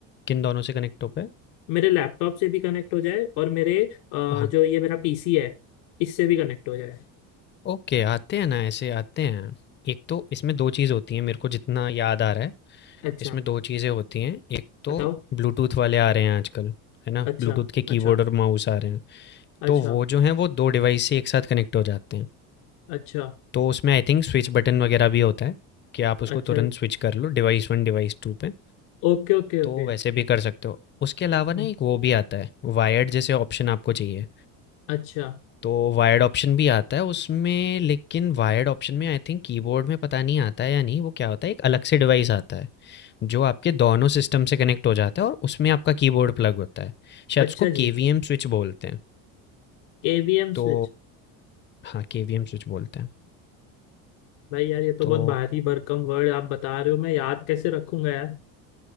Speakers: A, on the left (about 30°); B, on the left (about 80°).
A: किन दोनों से कनेक्ट हो पाए?
B: मेरे लैपटॉप से भी कनेक्ट हो जाए और मेरे अ,
A: हाँ,
B: जो ये मेरा पीसी है इससे भी कनेक्ट हो जाए
A: ओके आते हैं ना ऐसे आते हैं। एक तो इसमें 2 चीज़ होती हैं मेरे को जितना याद आ रहा है,
B: अच्छा
A: इसमें 2 चीज़ें होती हैं। एक तो
B: बताओ
A: ब्लूटूथ वाले आ रहे हैं आजकल, है ना?
B: अच्छा
A: ब्लूटूथ के कीबोर्ड
B: अच्छा
A: और माउस आ रहे हैं। तो
B: अच्छा
A: वो जो हैं वो 2 डिवाइस से एक साथ कनेक्ट हो जाते हैं।
B: अच्छा
A: तो उसमें आई थिंक स्विच बटन वगैरह भी होता है कि आप उसको
B: अच्छा
A: तुरंत स्विच कर लो डिवाइस वन डिवाइस टू पे
B: Okay okay
A: तो
B: okay
A: वैसे भी कर सकते हो उसके अलावा ना
B: हम्म,
A: एक वो भी आता है वायर्ड जैसे ऑप्शन आपको चाहिए
B: अच्छा
A: तो वायर्ड ऑप्शन भी आता है उसमें लेकिन वायर्ड ऑप्शन में आई थिंक कीबोर्ड में पता नहीं आता है या नहीं वो क्या होता है एक अलग से डिवाइस आता है जो आपके दोनों सिस्टम से कनेक्ट हो जाता है और उसमें आपका कीबोर्ड प्लग होता है शायद
B: अच्छा
A: उसको केवीएम
B: जी
A: स्विच बोलते हैं
B: KVM
A: तो
B: switch
A: हाँ केवीएम स्विच बोलते हैं
B: भाई यार ये तो
A: तो
B: बहुत भारी भरकम वर्ड आप बता रहे हो मैं याद कैसे रखूंगा यार